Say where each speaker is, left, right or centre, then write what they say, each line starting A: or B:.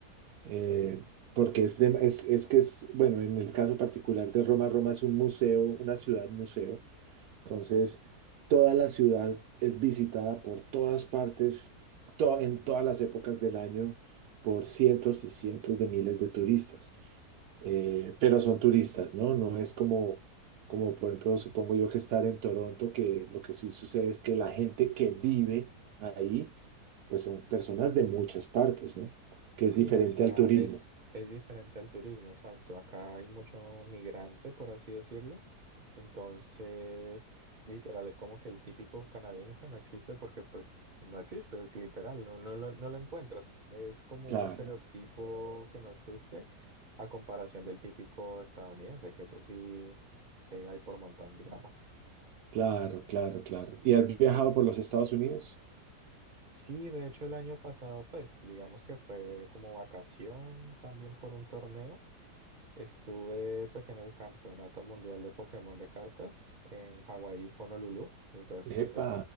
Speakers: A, on the right; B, on the right.
A: eh, porque es, de- es, es que es, bueno, en el caso particular de Roma, Roma es un museo, una ciudad museo, Entonces, toda la ciudad es visitada por todas partes, to- en todas las épocas del año, por cientos y cientos de miles de turistas. Eh, pero son turistas, ¿no? No es como, como, por ejemplo, supongo yo que estar en Toronto, que lo que sí sucede es que la gente que vive ahí, pues son personas de muchas partes, ¿no? Que
B: Sí,
A: es diferente
B: o sea,
A: al turismo.
B: es, es diferente al turismo, exacto. Acá hay mucho migrante, por así decirlo. Entonces, literal, es como que el típico canadiense no existe porque pues no existe, es literal, no, no lo, no lo encuentras. Es como
A: Claro,
B: un estereotipo que no existe a comparación del típico estadounidense, que eso sí que hay por montón, digamos.
A: claro, claro, claro. ¿Y has viajado por los Estados Unidos?
B: Sí, de hecho el año pasado, pues digamos que fue como vacación también por un torneo. Estuve pues en el Campeonato Mundial de Pokémon de cartas en Hawái, Honolulu. Y Entonces,
A: Epa.
B: pues